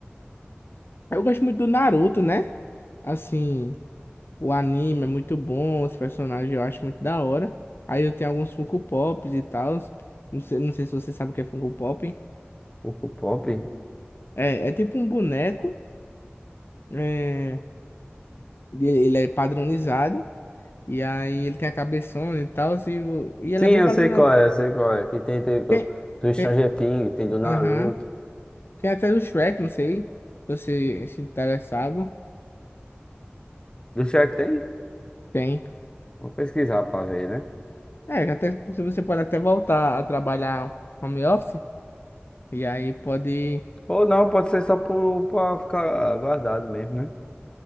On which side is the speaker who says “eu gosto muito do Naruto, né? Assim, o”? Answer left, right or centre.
Left